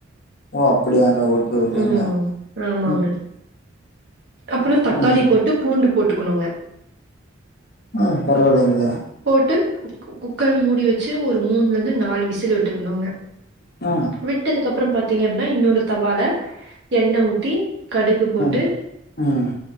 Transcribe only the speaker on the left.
ஓ அப்டியாங்க ஓகே ஓகேங்க
ம்
ம்
அ பரவாயில்லைங்களே
அ
ம் ம்